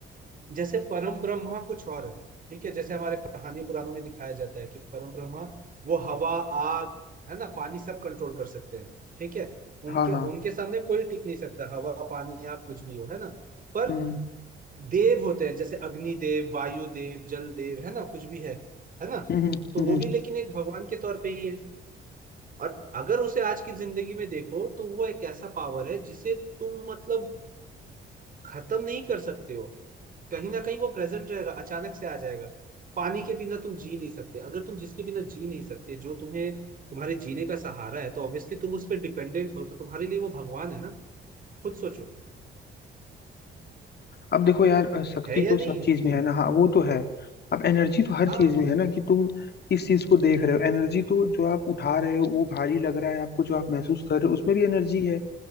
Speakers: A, on the right; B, on the left.
A: जैसे परम ब्रह्मा कुछ और है ठीक है जैसे हमारे कहानी पुराणों में दिखाया जाता है कि परम ब्रह्मा वो हवा आग है ना पानी सब कंट्रोल कर सकते हैं ठीक है उनके
B: हाँ हाँ
A: उनके सामने कोई टिक नहीं सकता हवा पानी आग कुछ भी हो है ना पर
B: हम्म
A: देव होते हैं जैसे अग्नि देव वायु देव जल देव है ना कुछ भी है है ना
B: हम्म हम्म
A: तो वो
B: हम्म।
A: भी लेकिन एक भगवान के तौर पे ही है और अगर उसे आज की जिंदगी में देखो तो वो एक ऐसा पावर है जिसे तुम मतलब खत्म नहीं कर सकते हो कहीं ना कहीं वो प्रेजेंट रहेगा अचानक से आ जाएगा पानी के बिना तुम जी नहीं सकते अगर तुम जिसके बिना जी नहीं सकते जो तुम्हें तुम्हारे जीने का सहारा है तो ऑब्वियसली तुम उस पर डिपेंडेंट हो तो तुम्हारे लिए वो भगवान है ना खुद सोचो
B: अब देखो यार अ, शक्ति
A: है या
B: तो सब
A: नहीं है
B: चीज में है ना हाँ वो तो है अब एनर्जी तो हर
A: हाँ
B: चीज में है ना कि तुम किस चीज को देख रहे हो एनर्जी तो जो आप उठा रहे हो वो भारी लग रहा है आपको जो आप महसूस कर रहे हो उसमें भी एनर्जी है